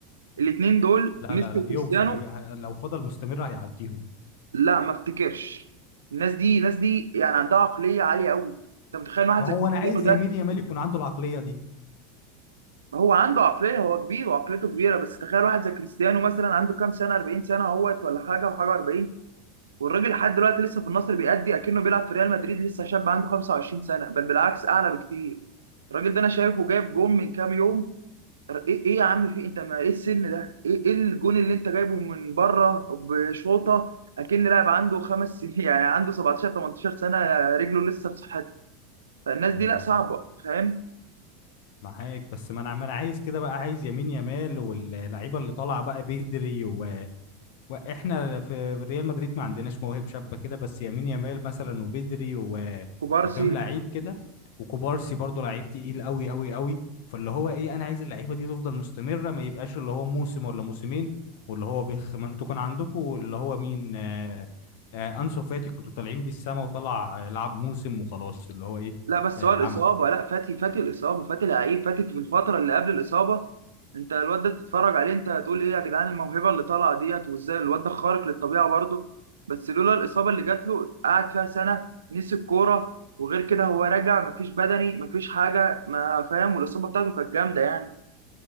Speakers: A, on the right; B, on the left.
A: الاثنين دول
B: لا
A: ميسي
B: لا لا
A: وكريستيانو
B: يوصل ي- لو فضل مستمر هيعديهم
A: لا ما افتكرش الناس دي الناس دي يعني عندها عقليه عاليه قوي انت متخيل واحد
B: ما
A: زي
B: هو
A: كريستيانو
B: انا عايز
A: ده
B: يميل يامال يكون عنده العقليه دي
A: هو عنده عقليه هو كبير وعقليته كبيره بس تخيل واحد زي كريستيانو مثلا عنده كام سنه 40 سنه اهوت ولا حاجه وحاجه 40 والراجل لحد دلوقتي لسه في النصر بيأدي اكنه بيلعب في ريال مدريد لسه شاب عنده 25 سنه بل بالعكس اعلى بكتير الراجل ده انا شايفه جايب جون من كام يوم ايه ايه يا عم في انت ما ايه السن ده ايه ايه الجون اللي انت جايبه من بره بشوطه اكن لاعب عنده خمس سنين <laughs> يعني عنده 17 18 سنه رجله لسه في صحتها فالناس
B: مم،
A: دي لا صعبه فاهم
B: معاك بس ما انا ما انا عايز كده بقى عايز يمين يمال واللعيبه اللي طالعه بقى بدري و... واحنا في ريال مدريد ما عندناش مواهب شابه كده بس يمين يمال مثلا وبدري و...
A: كوبارسي
B: وكام لعيب كده وكوبارسي برضو لعيب تقيل قوي قوي قوي فاللي هو ايه انا عايز اللعيبه دي تفضل مستمره ما يبقاش اللي هو موسم ولا موسمين واللي هو بيخ ما انتوا كان عندكم اللي هو مين آه... آه... انسو فاتي كنتوا طالعين بيه السما وطلع آه، لعب موسم وخلاص اللي هو ايه
A: لا بس
B: آه...
A: هو الإصابة
B: عمل
A: لا فاتي فاتي الإصابة فاتي لعيب فاتي في الفترة اللي قبل الإصابة أنت الواد ده تتفرج عليه أنت هتقول إيه يا جدعان الموهبة اللي طالعة ديت وإزاي الواد ده خارق للطبيعة برضه بس لولا الإصابة اللي جات له قعد فيها سنة نسي الكورة وغير كده هو راجع مفيش بدني مفيش حاجة ما فاهم والإصابة بتاعته كانت جامدة يعني